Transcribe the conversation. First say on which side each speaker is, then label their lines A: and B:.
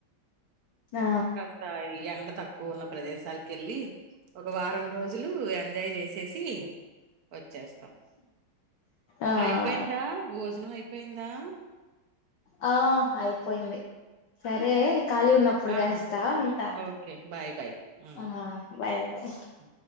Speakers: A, on the left (about 70°); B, on the right (about 65°).
A: ఆ
B: కస్తాయి ఎండ తకు తక్కువ ఉన్న ప్రదేశాలకు వెళ్ళి ఒక వారం రోజులు ఎంజాయ్ చేసి సి వచ్చేస్తాం
A: ఆ
B: అయిపోయిందా భోజనం అయిపోయిందా
A: ఆ అయిపోయింది సరే ఖాళీ ఉన్నప్పుడు
B: ఆ!
A: చేస్తా ఉంటా
B: ఓకే. బాయ్. బాయ్. హ్మ్.
A: ఆ బాయ్
B: ఉంటా
A: బై
B: ఆ!